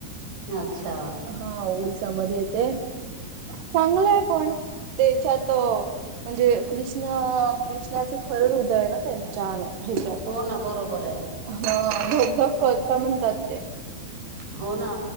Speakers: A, on the right; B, on the right.
A: अच्छा.
B: हा ओडिसा मध्ये येतेय. चांगलंय पण तेच्यात म्हणजे कृष्ण कृष्णाच खरं हृदय आहे. ना त्यांच्या अंगा हेच्यात
A: हो ना बरोबर आहे
B: हा.. धगधग करत म्हणतात ते.
A: हो ना.